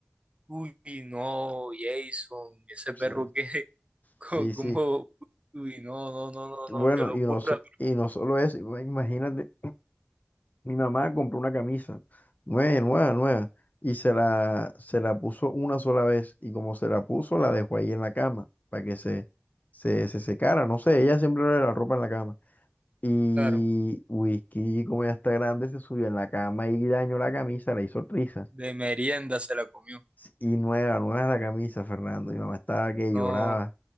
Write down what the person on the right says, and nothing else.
Uy, no, Jason, ese
perro que, <laughs> co-
como,
uy, no, no, no, no,
no, qué locura.
Claro,
de merienda se la comió.
No,